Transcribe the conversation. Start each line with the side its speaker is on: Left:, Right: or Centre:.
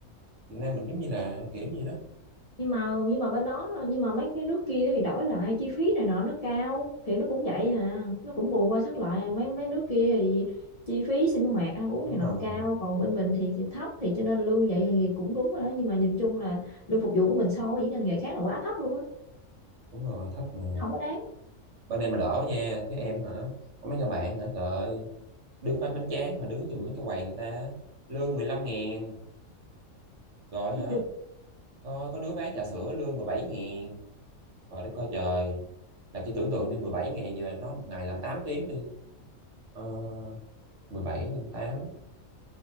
Right: Việt Nam mình giống như là kiểu gì đó
Left: nhưng mà nhưng mà bên đó nhưng mà mấy cái nước kia thì đổi lại chi phí này nọ nó cao thì nó cũng vậy à nó cũng bù qua sát lại à. mấy mấy nước kia thì chi phí sinh hoạt ăn uống
Right: đúng
Left: này nọ
Right: rồi
Left: cao còn bên mình thì thấp thì cho nên lương vậy thì cũng đúng rồi đó nhưng mà nhìn chung là lương phục vụ của mình so với những ngành nghề khác là quá thấp luôn á
Right: đúng rồi thấp mà
Left: không có đáng
Right: bên em mà đỡ nha chứ em hả có mấy người bạn hả trời ơi, đứng bán bánh tráng mà đứng giùm mấy cái quầy người ta lương 15 ngàn rồi
Left: nói
Right: hả
Left: chung
Right: có, có đứa bán trà sữa lương 17 ngàn rồi đất coi trời là chỉ tưởng tượng đi 17 ngàn giờ nó một ngày làm 8 tiếng đi ờ, 17 nhân 8